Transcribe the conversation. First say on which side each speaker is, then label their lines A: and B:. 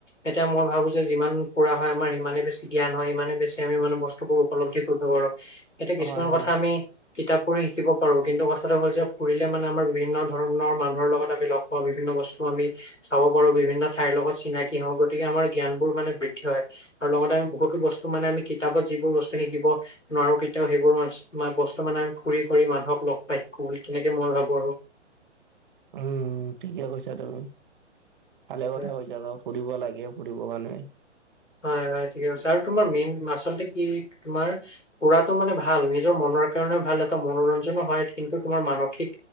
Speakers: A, on the left (about 80°); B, on the right (about 45°).
A: এতিয়া মই ভাবো যে, যিমান ফুৰা হয় আমাৰ সিমানে বেছি জ্ঞান হয়, সিমানেই বেছি আমি মানে বস্তুবোৰ উপলব্ধি কৰিব পাৰো, এতিয়া কিছুমান
B: হয় হয়
A: কথা আমি কিতাপ পঢ়ি শিকিব পাৰো, কিন্তু কথা কথাটো হ'ল যে, ফুৰিলে মানে আমাৰ বিভিন্ন ধৰণৰ মানুহৰ লগত আমি লগ পাওঁ বিভিন্ন বস্তু আমি চাব পাৰো বিভিন্ন ঠাইৰ লগত চিনাকি হওঁ, গতিকে আমাৰ জ্ঞানবোৰ মানে বৃদ্ধি হয়। আৰু লগতে আমি বহুতো বস্তু মানে আমি কিতাপত যিবোৰ বস্তু শিকিব নোৱাৰো কেতিয়াও সেইবোৰ বস্তু মানে আমি ফুৰি কৰি মানুহক লগ পাই থাকো বুলি তেনেকে মই ভাবো আৰু।
B: উম, ঠিকে কৈছা তুমি, ভালে
A: আৰু
B: কথা কৈছা বাও। ফুৰিব লাগে ফুৰিব মানে।
A: হয়-হয় ঠিকে কৈছা আৰু তোমাৰ মেইন আচলতে কি তোমাৰ ফুৰাটো মানে ভাল নিজৰ মনৰ কাৰণে ভাল, এটা মনোৰঞ্জনো হয় কিন্তু তোমাৰ মানসিক